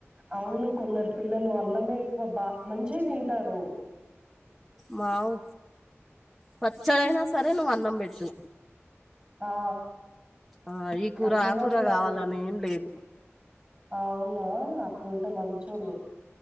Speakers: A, on the right (about 25°); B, in the centre.
A: అవును కొందరు పిల్లలు అన్నమే ఎక్కువ బా మంచి తింటరు
B: మావ్ పచ్చడైనా సరే నువ్వు అన్నం బెట్టు
A: ఆ
B: ఆ ఈ కూర
A: అట్లనే
B: ఆ కూర
A: ఉండాలి
B: కావాలని ఏం లేదు
A: అవునా అట్లుంటే మంచోళ్ళు